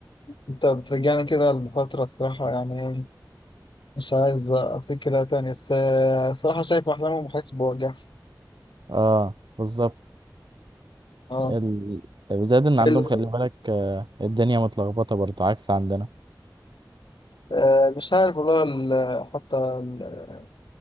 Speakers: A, on the left; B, on the right.
A: انت بترجعني كده لفترة الصراحة يعني ايه مش عايز افتكرها تاني بس آه، الصراحة شايف احلامهم وحاسس بوجع
B: اه بالظبط
A: اه
B: ال... وزاد إن عندهم
A: ايه اللي حصل؟
B: خلي بالك آه، الدنيا متلخبطة برضه عكس عندنا
A: آه، مش عارف والله ال- حتى ال-